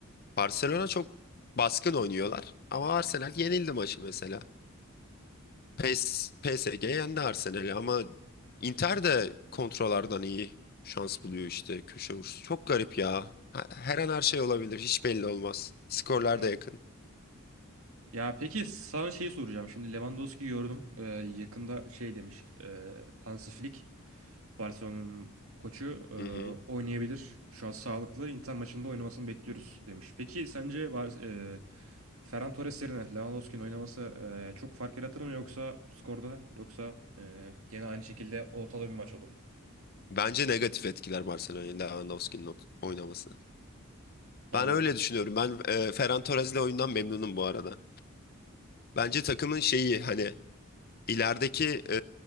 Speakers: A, on the left; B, on the right.
A: Barcelona çok baskın oynuyorlar. Ama Arsenal yenildi maçı mesela. PES, PSG yendi Arsenal'i ama Inter de kontrolardan iyi şans buluyor işte köşe vuruşu. Çok garip ya. Ha- Her an her şey olabilir. Hiç belli olmaz. Skorlar
B: Hı.
A: da yakın.
B: Ya peki sana şeyi soracağım. Şimdi Lewandowski gördüm. Ee, yakında şey demiş. E, Hansi Flick, Barcelona'nın koçu e,
A: Hı hı.
B: oynayabilir. Şu an sağlıklı. Inter maçında oynamasını bekliyoruz demiş. Peki sence Bar e, Ferran Torres yerine Lewandowski'nin oynaması e, çok fark yaratır mı yoksa skorda yoksa e, gene aynı şekilde ortada bir maç olur?
A: Bence negatif etkiler Barcelona'yı Lewandowski'nin ot- oynaması.
B: Allah
A: Ben öyle
B: Allah.
A: düşünüyorum. Ben e, Ferran Torres'le oyundan memnunum bu arada. Bence takımın şeyi hani ilerideki e,